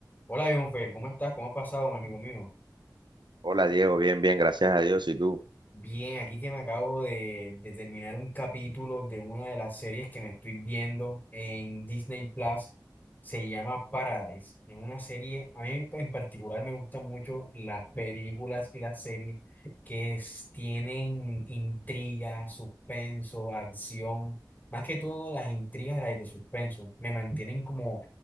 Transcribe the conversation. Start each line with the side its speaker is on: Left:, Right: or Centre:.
Left: Hola, Jonfer, ¿cómo estás? ¿Cómo has pasado, mi amigo mío?
Right: Hola Diego, bien, bien, gracias a Dios. ¿Y tú?
Left: Bien, aquí que me acabo de, de terminar un capítulo de una de las series que me estoy viendo en Disney Plus, se llama Paradise. Es una serie, a mí en particular me gustan mucho las películas y las series que es- tienen intriga, suspenso, acción, más que todo las intrigas las de suspenso, me mantienen como